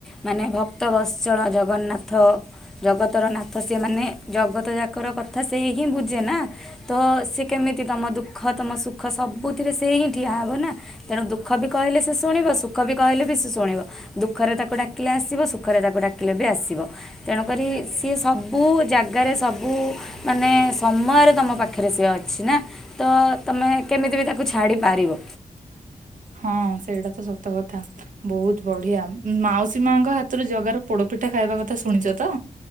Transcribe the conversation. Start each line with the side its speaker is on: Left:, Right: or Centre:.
Centre: ମାନେ ଭକ୍ତ ବସଚଳ ଜଗନ୍ନାଥ। ଥ ଜଗତର ନାଥ ସେ ମାନେ ଜଗତ ଯାକର କଥା ସେଇ ହିଁ ବୁଝେ ନା। ତ ସେ କେମିତି ତମ ଦୁଃଖ ତମ ସୁଖ ସବୁଥିରେ ସେ ହିଁ ଠିଆ ହବ ନା। ତେଣୁ ଦୁଃଖ ବି କହିଲେ ସେ ଶୁଣିବ। ସୁଖ ବି କହିଲେ ବି ଶୁ ଶୁଣିବ। ଦୁଃଖରେ ତାକୁ ଡାକିଲେ ଆସିବ। ସୁଖରେ ତାକୁ ଡାକିଲେ ବି ଆସିବ। ତେଣୁକରି ସିଏ ସବୁ ଜାଗାରେ ସବୁ ମାନେ ସ ସମୟରେ ତମ ପାଖରେ ସିଏ ଅଛି। ନା ତ ତମେ କେମିତି ବି ତାକୁ ଛାଡ଼ି ପାରିବ।
Right: ଆସ୍ଥା ଅଛି। ହଁ ସେଇଟା ତ ସତ କଥା। ବହୁତ ବଢିଆ ମାଉସୀ ମାଙ୍କ ହାତରେ ଜଗାର ପୋଡପିଠ <unintelligible> ଖାଇବା କଥା ଶୁଣିଛ ତ?